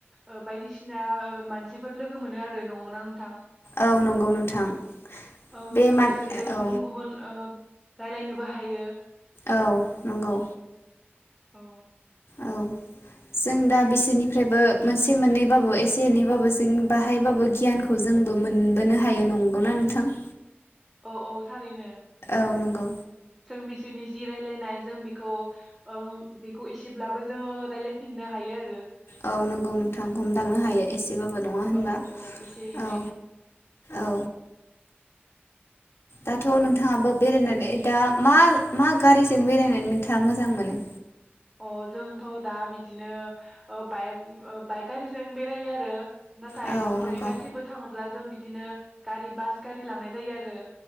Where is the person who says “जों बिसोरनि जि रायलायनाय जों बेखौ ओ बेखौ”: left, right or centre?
Centre